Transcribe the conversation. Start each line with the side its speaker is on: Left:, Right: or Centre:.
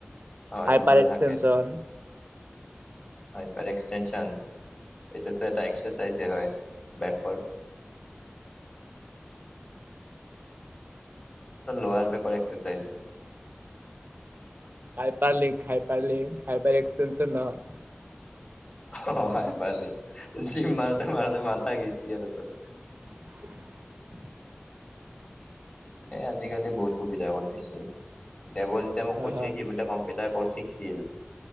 Left: হয়
Right: হাইপাৰ
Left: বোৰো
Right: এক্সটেনচন
Left: থাকে হয় এক্সটে্যন এটোতো এটা এক্সাৰচাইজে হয় বকৰ লাৰ বেকৰ এক্সাৰচাইজ হয়
Right: ই পাৰলি খাই পাৰলি খাই পাই এক্সে নহয়
Left: অ হয় পাৰিল জিম মাৰোতে মাৰোতে মথা গিছি আৰু তোৰ
Right: উ
Left: এ আজিকালি বহুত সুবিধা কৰি দিছে দেৱজিতে মোক
Right: হা
Left: কৈছে
Right: হা
Left: সি বোলে ক কৰ শিকছিল